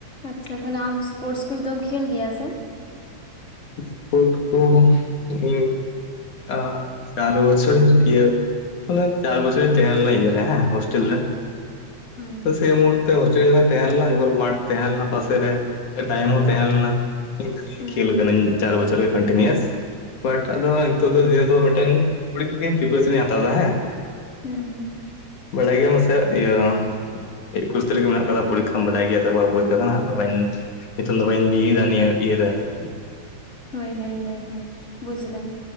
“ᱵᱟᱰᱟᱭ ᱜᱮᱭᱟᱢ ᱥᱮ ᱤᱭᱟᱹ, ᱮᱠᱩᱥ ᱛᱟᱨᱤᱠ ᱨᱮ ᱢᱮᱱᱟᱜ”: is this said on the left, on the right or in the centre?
Left